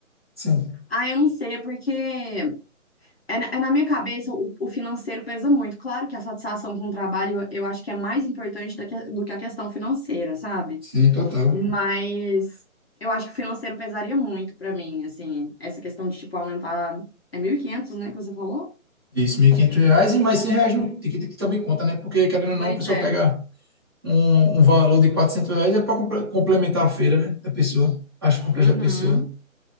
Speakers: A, on the right; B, on the left.
A: assim,
B: ah, eu não sei, porque É, na é na minha cabeça, o, o financeiro pesa muito. Claro que a satisfação com o trabalho eu eu acho que é mais importante do que, do que a questão financeira, sabe?
A: Sim, total.
B: Mas eu acho que o financeiro pesaria muito pra mim, assim, essa questão de, tipo, aumentar. É mil e quinhentos, né, que você falou?
A: isso, 1.500 reais e mais 100 reais no ticket que também conta, né? Porque querendo ou
B: Pois
A: não, a pessoa
B: é.
A: pega um, um valor de 400 reais é para complementar a feira, né? Da pessoa, as compras
B: Uhum.
A: da pessoa.